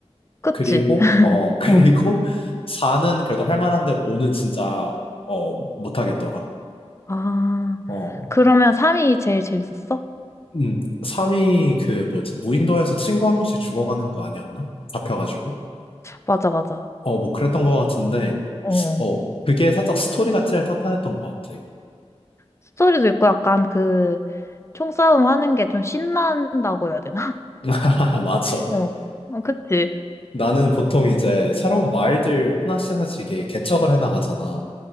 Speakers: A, on the left; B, on the left.
A: 그치?
B: 그리고,
A: <laughs>
B: 어, <laughs> 그리고
A: 어,
B: 4는 그래도 할 만한데 5는 진짜, 어, 못하겠더라.
A: 아,
B: 어,
A: 그러면 3이 제일 재밌었어?
B: 음, 3이 그 뭐지, 무인도에서 친구 한 명씩 죽어가는 거 아니었나? 잡혀가지고.
A: 맞아, 맞아.
B: 어, 뭐 그랬던 것 같은데,
A: 어,
B: 어, 그게 살짝 스토리가 제일 탄탄했던 것 같아.
A: 스토리도 있고 약간 그, 총싸움 하는 게 좀 신난다고 해야 되나?
B: <laughs> 맞아.
A: <laughs> 어, 어, 그치.
B: 나는 보통 이제 새로운 마을들 하나씩 하나씩 이렇게 개척을 해나가잖아.